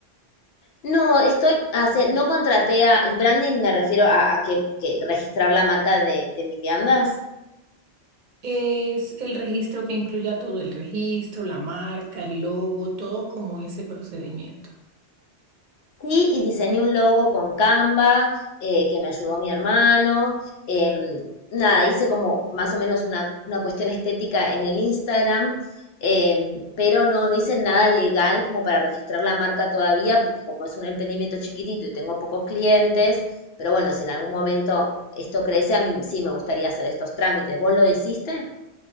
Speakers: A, on the left (about 70°); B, on the right (about 50°).
A: No, estoy, hace- no contraté a, el branding me refiero a, a que, que registrar la marca de, de mis viandas.
B: ¿Es el registro que incluya todo el registro, la marca, el logo, todo como ese procedimiento?
A: Sí, y diseñé un logo con Canva, eh, que me ayudó mi hermano. Em, nada, hice como más o menos una, una cuestión estética en el Instagram, em, pero no, no hice nada legal como para registrar la marca todavía, porque como es un emprendimiento chiquitito y tengo pocos clientes, pero bueno, si en algún momento esto crece, a mí sí me gustaría hacer estos trámites. ¿Vos lo hiciste?